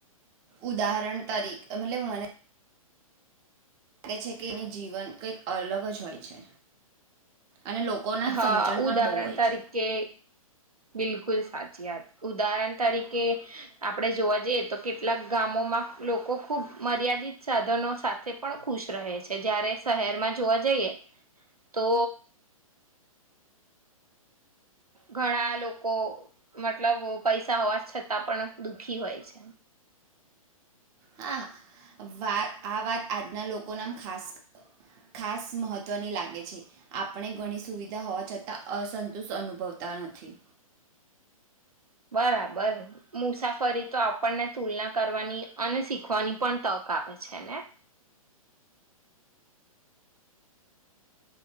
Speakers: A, on the right; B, on the right.
A: ઉદાહરણ તરીકે <unintelligible> મને લાગે છે કે એની જીવન કંઈક અલગ જ હોય છે અને લોકોના
B: હા
A: સમજણ
B: ઉદાહરણ
A: પણ બહુ હોય
B: તરીકે
A: છે
B: બિલકુલ સાચી વાત ઉદાહરણ તરીકે આપણે જોવા જઈએ તો કેટલાક ગામોમાં લોકો ખુબ મર્યાદિત સાધનો સાથે પણ ખુશ રહે છે જયારે શહેરમાં જોવા જઈએ તો ઘણા લોકો મતલબો પૈસા હોવા છતાં પણ દુઃખી હોય છે
A: હા વાત આ વાત આજના લોકો ના ખાસ ખાસ મહત્વની લાગે છે આપણે ઘણી સુવિધા હોવા છતાં અસંતુષ અનુભવતા નથી
B: બરાબર મુસાફરી તો આપણને તુલના કરવાની અને શીખવાની પણ તક આપે છે ને